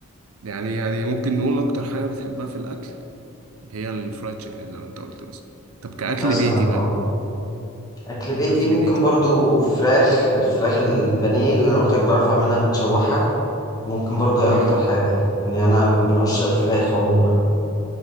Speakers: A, on the right; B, on the left.
A: يعني يعني ممكن نقول أكتر حاجة بتحبها في الأكل هي الفرايد تشيكن زي ما أنت قلت بس طب كأكل
B: مثلا
A: بيتي بقى
B: اه اكل بيتي
A: كأكل
B: ممكن
A: بيتي
B: برضو فراخ الفراخ البانيه اللي انا قلت لك بعرف اعملها متشوحه ممكن برضو هي اكتر
A: امم
B: حاجه يعني انا من عشاق الفراخ عموما